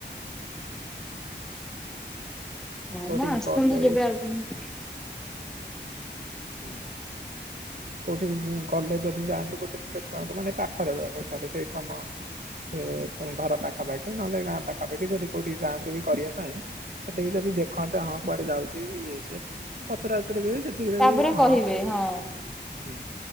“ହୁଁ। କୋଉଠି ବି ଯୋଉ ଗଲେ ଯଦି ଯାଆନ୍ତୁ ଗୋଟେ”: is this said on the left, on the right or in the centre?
Right